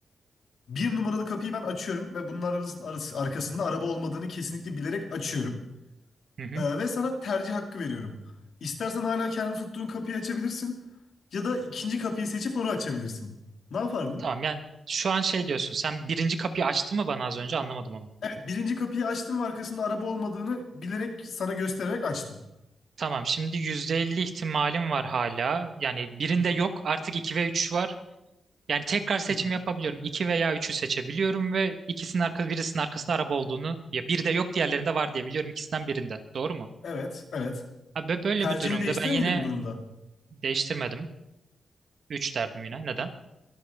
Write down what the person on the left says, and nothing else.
bir numaralı kapıyı ben açıyorum ve bunun arasında, arkasında araba olmadığını kesinlikle bilerek açıyorum.
Ee, ve sana tercih hakkı veriyorum. İstersen hala kendi tuttuğun kapıyı açabilirsin ya da ikinci kapıyı seçip onu açabilirsin. Ne yapardın?
Evet, birinci kapıyı açtım ve arkasında araba olmadığını bilerek sana göstererek açtım.
Hı hı,
hı hı.
Evet, evet.
Tercihini
değiştirir
miydin bu durumda?